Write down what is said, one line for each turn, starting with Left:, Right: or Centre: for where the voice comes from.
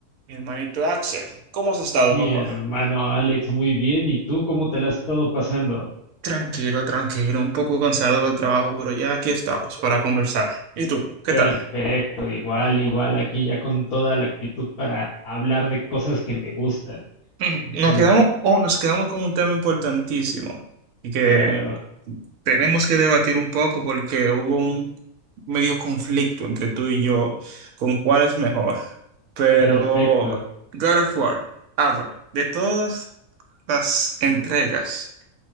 Right: Mi hermanito Axel, ¿cómo has estado,
Left: Mi
Right: papá?
Left: hermano Alex, muy bien. ¿Y tú cómo te la has estado pasando?
Right: Tranquilo, tranquilo, un poco cansado del trabajo, pero ya aquí estamos para conversar. ¿Y tú, qué
Left: Perfecto,
Right: tal?
Left: igual, igual, aquí ya con toda la actitud para hablar de cosas que me gustan.
Right: <laughs> Ujú,
Left: Es
Right: Nos quedamos, oh, nos quedamos con un tema importantísimo y que
Left: claro,
Right: tenemos que debatir un poco porque hubo un medio conflicto entre tú y yo con cuál es mejor. Pero
Left: perfecto.
Right: God of War, háblame de todas las entregas.